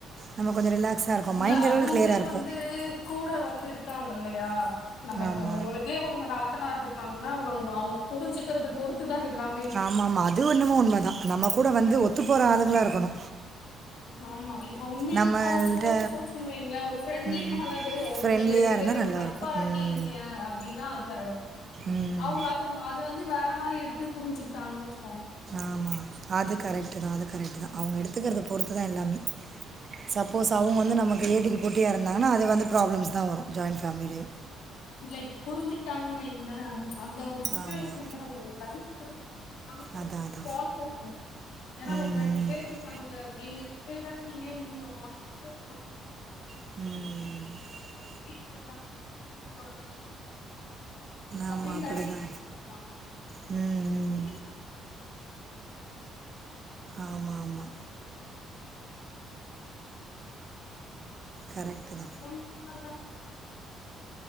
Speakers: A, on the right (about 30°); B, on the left (about 80°).
A: நம்ம கொஞ்ச ரிலாக்ஸா இருக்கோ
B: இல்ல
A: மைண்ட்
B: அதுவுமே
A: அளவுல க்ளியரா இருக்கு
B: வந்து கூட வந்து இருக்காங்கில்லையா நம்ம
A: ஆமா.
B: இப்ப உங்களுக்கே உங்க நாத் த்தனாறு இருக்காங்கன்னா அவுங்க அவுங்க புரிஞ்சிக்கிறத பொறுத்து தா எல்லாமே
A: ஆமாமா அது ஒன்னமோ உண்ம தா நம்ம கூட வந்து ஒத்து போற ஆளுங்களா இருக்கணு
B: ஆமா இப்ப உங்களுக்கு
A: நம்மள்ட்ட
B: அவங்களுக்கு ஒத்து போச்சுன்னு வைங்களே ஒரு ஃப்ரெண்ட்லி
A: ம்
B: மாலகு ஒரு
A: ஃப்ரெண்ட்லியா
B: நீங்க ரெண்டு
A: இருந்தா
B: பேரு ஒரு
A: நல்லாருக்கு
B: நட்பா இருக்கீங்க
A: ம்
B: அப்டீன்னா அது வேற
A: ம்
B: அவுங்க அத ம அத வந்து வேற மாரி எடுத்து புரிஞ்சிக்கிட்டாங்கன்னு வச்
A: ஆமா அது கரெக்டு தா அது கரெக்டு தா அவுங்க எடுத்துக்கறத பொறுத்து தா எல்லாமே சப்போஸ் அவுங்க வந்து நமக்கு ஏடிக்கி போட்டியா இருந்தாங்கன்னா அது வந்து ப்ராப்ளம்ஸ் தா வரு ஜாயின் ஃபேமிலிலையு
B: இல்லை இப்ப புரிஞ்சிக்ட்டாங்கன் வைங்ளே அந்த ஒரு சுச்சுவேஷன்
A: ஆமா
B: தா அதுல ஒரு நறுக்கு நமக்கு
A: அதா அதா
B: ஜாலியா இருக்கு ஏன்னா
A: ம்
B: ஒரு ரெண்டு பேர்
A: ம்
B: இருக்காங்க நீங்க ரெண்டு பேர்தானே இருக்கீங்க உங்களுக்கு ஒரு நாலு பேர் போ
A: ம்
B: வீ கேர் ஹாஸ்பிடல் <unintelligible> அப்டினு
A: ஆமா அப்படிதா
B: தைரியமா <unintelligible>
A: ம் ம்
B: வெளிய
A: ஆமா ஆமா கரெக்டுதா
B: <unintelligible>